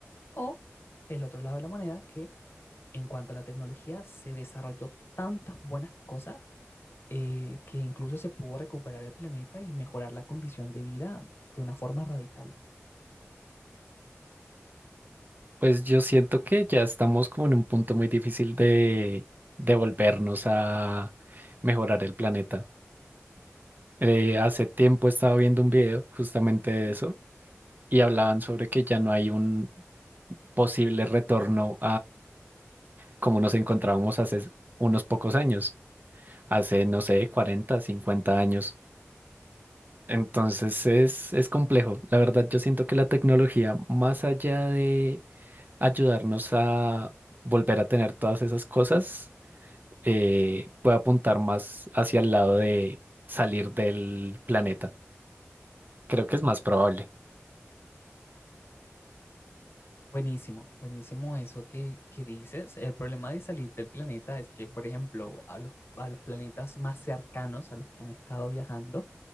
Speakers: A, on the left; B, on the right.
A: o el otro lado de la moneda, que en cuanto a la tecnología se desarrolló tantas buenas cosas eh, que incluso se pudo recuperar el planeta y mejorar la condición de vida de una forma radical.
B: Pues yo siento que ya estamos como en un punto muy difícil de, de volvernos a mejorar el planeta. Eh, hace tiempo estaba viendo un video justamente de eso y hablaban sobre que ya no hay un posible retorno como nos encontrábamos hace unos pocos años, hace, no sé, 40, 50 años. Entonces es, es complejo. La verdad, yo siento que la tecnología, más allá de ayudarnos a volver a tener todas esas cosas, eh, puede apuntar más hacia el lado de salir del planeta. Creo que es más probable.
A: Buenísimo, buenísimo eso que, que dices. El problema de salir del planeta es que, por ejemplo, a los, a los planetas más cercanos a los que han estado viajando